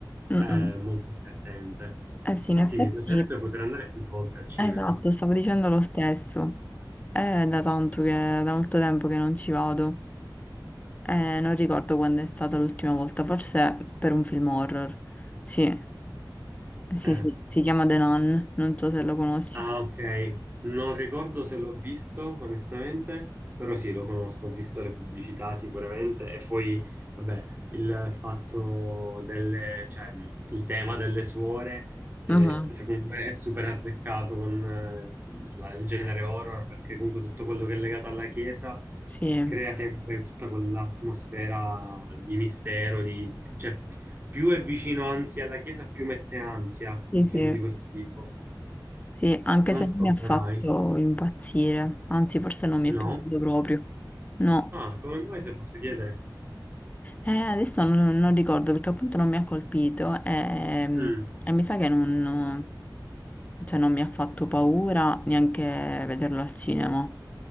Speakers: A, on the left (about 20°); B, on the right (about 25°).
A: Mm-mm.
B: è molto divertente.
A: Eh sì,
B: Infatti
A: in effetti,
B: mi piacerebbe poter andare più volte al cinema.
A: esatto, stavo dicendo lo stesso. È da tanto che, da molto tempo che non ci vado. Eh, non ricordo quando è stata l'ultima volta, forse per un film horror. Sì. Sì,
B: Eh.
A: sì, si chiama The Nun, non so se lo conosci.
B: Ah, ok. Non ricordo se l'ho visto, onestamente, però sì, lo conosco, ho visto le pubblicità sicuramente e poi, vabbè, il fatto delle, cioè, mh, il tema delle suore, eh,
A: Mhm,
B: secondo me è super azzeccato con eh, la- il genere horror, perché comunque tutto quello che è legato alla chiesa
A: Sì,
B: crea sempre tutta quell'atmosfera di mistero, di... cioè, più è vicino anzi alla chiesa, più mette ansia
A: sì,
B: un
A: sì,
B: film di questo tipo.
A: sì, anche
B: Non
A: se non
B: so
A: mi ha
B: come
A: fatto
B: mai.
A: impazzire, anzi forse non mi
B: No?
A: è piaciuto proprio. No,
B: Ah, come mai se posso chiedere?
A: Eh, adesso non, non ricordo perché appunto non mi ha colpito ehm,
B: Mm,
A: e, mi sa che non, no, cioè, non mi ha fatto paura neanche vederlo al cinema.